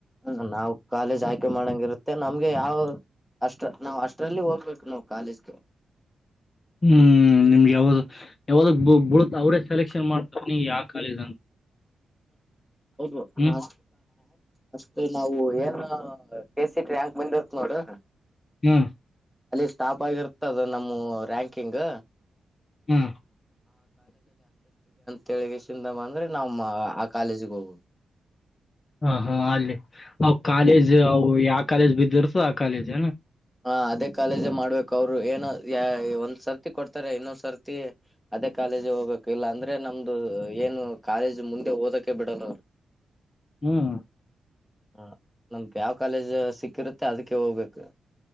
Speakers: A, in the centre; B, on the left.
A: ಹ ನಾವ್ ಕಾಲೇಜ್ ಆಯ್ಕೆ ಮಾಡಂಗ ಇರುತ್ತೆ ನಮ್ಗೆ ಯಾವ ಅಷ್ಟ ನಾವ್ ಅಷ್ಟ್ರಲ್ಲಿ ಹೋಗ್ಬೇಕು ನಾವ್ ಕಾಲೇಜ್ಗೆ
B: ಹ್ಮ್ ನಿಮ್ಗೆ ಯಾವ್ದ ಯಾವ್ದ ಬಳತ ಅವ್ರೇ ಸೆಲೆಕ್ಷನ್ ಮಾಡ್ತಾರೆ ಯಾವ ಕಾಲೇಜ್ ಅಂತ
A: ಹೌದು
B: ಹ್ಮ್
A: ನಾ ಅಷ್ಟೆ ನಾವು ಏನ್ ಹ ಕೆ ಸಿಟ ರ್ಯಾಂಕ್ ಬಂದಿತ್ ನೋಡು
B: ಹ್ಮ
A: ಅಲ್ಲಿ ಸ್ಟಾಪ್ ಆಗಿರ್ತದ ನಮ್ಮ ರ್ಯಾಂಕಿಂಗ್
B: ಹ್ಮ
A: ತಳಗಸಿಂದ ಬಂದ್ರೆ ನಮ್ಮ ಆ ಕಾಲೇಜಿಗೆ ಹೋಗ್ುದು
B: ಹ ಹಾ ಅಲ್ಲಿ ಅವ್ ಕಾಲೇಜ್ ಅವು ಯಾವ ಕಾಲೇಜ್ ಬಿದ್ದರ್ ಆಕಾಲಿಜ
A: ಹಾ ಅದೇ ಕಾಲೇಜ ಮಾಡ್ಬೇಕು ಅವ್ರು ಏನ ಒಂದ್ ಸರ್ತಿ ಕೊಡ್ತಾರೆ ಇನ್ನೊಂದ್ ಸರ್ತಿ ಅದೇ ಕಾಲೇಜ ಹೋಗ್ಬೇಕು ಇಲ್ಲ ಅಂದ್ರೆ ನಮ್ದು ಏನು ಕಾಲೇಜ್ ಮುಂದೆ ಓದಕ್ಕೆ ಬಿಡಲ್ಲ ಅವರು
B: ಹ್ಮ್
A: ಹ ನಮಕ್ ಯಾವ್ ಕಾಲೇಜ ಸಿಕ್ಕಿರುತ್ತೆ ಅದಕ್ಕೆ ಹೋಗ್ಬೇಕು